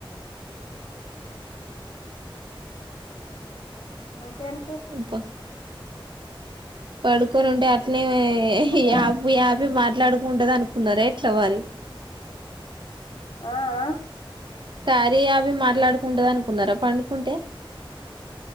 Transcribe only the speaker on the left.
ఇంకేం
ఆ
ఆ అ